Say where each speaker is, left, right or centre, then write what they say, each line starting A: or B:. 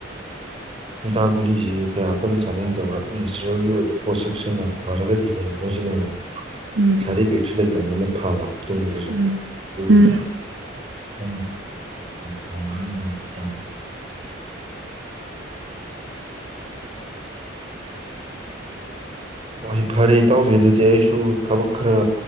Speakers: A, on the right; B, on the right.
A: ꯗꯥꯒꯨꯂꯤ ꯀꯌꯥꯈꯔ ꯆꯥꯅꯤꯡꯗꯕ ꯅꯦꯆꯔꯦꯜꯒꯤ ꯑꯣꯏꯕ ꯄꯣꯠꯁꯛꯁꯤꯅ ꯐꯔꯒꯗꯤ ꯍꯦꯟꯅ ꯃꯣꯏꯁꯤꯅ ꯍꯦꯟꯅ
B: ꯎꯝ
A: ꯁꯥꯏꯠ ꯏꯐꯦꯛꯁꯨ ꯂꯩꯇꯕꯅꯤꯅ ꯐꯕ ꯇꯨꯡꯗꯁꯨ
B: ꯎꯝ
A: ꯑꯗꯨꯒꯤ
B: ꯎꯝ
A: ꯈ ꯐ ꯆ ꯍ ꯐꯔꯦ ꯇꯥꯎꯋ ꯑꯗꯨꯗꯤ ꯑꯩꯁꯨ ꯊꯕꯛ ꯈꯔ